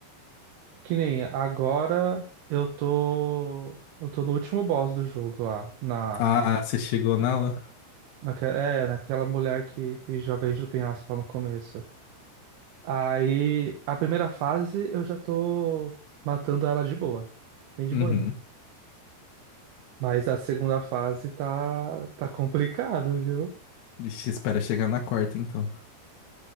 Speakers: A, on the right; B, on the left.
A: Que nem agora eu tô. Eu tô no último boss do jogo lá, na
B: Ah, você chegou nela?
A: Naque- é, naquela mulher que, que joga a gente do penhasco lá no começo. Aí, a primeira fase eu já tô matando ela de boa. Bem de
B: Uhum.
A: boinha. Mas a segunda fase tá, tá complicado, viu?
B: Vixe, espera chegar na quarta então.